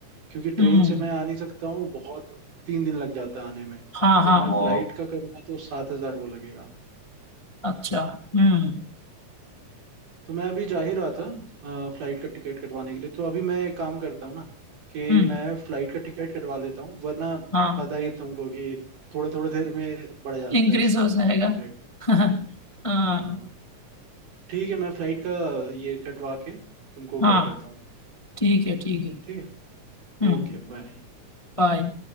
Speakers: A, on the right; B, on the left.
A: क्योंकि ट्रेन
B: हम्म
A: से मैं आ नहीं सकता हूँ बहुत तीन दिन लग जाता है आने में
B: हाँ
A: तो
B: हाँ
A: मैं
B: वो
A: फ्लाइट का करूँगा तो सात हजार वो लगेगा
B: अच्छा हम्म
A: तो मैं अभी जा ही रहा था अ, फ्लाइट का टिकट कटवाने के लिए तो अभी मैं एक काम करता हूँ ना कि
B: हम्म
A: मैं फ्लाइट का टिकट कटवा लेता हूँ वरना
B: हाँ
A: पता ही है तुमको कि थोड़े थोड़े देर में बढ़ जाता
B: इंक्रीज
A: है इसका
B: हो जाएगा
A: रेट
B: <laughs> हाँ
A: हाँ ठीक है मैं फ्लाइट का ये कटवा के तुमको
B: हाँ
A: कॉल करता हूँ
B: ठीक है ठीक है
A: ठीक है
B: हम्म
A: Okay bye
B: बाय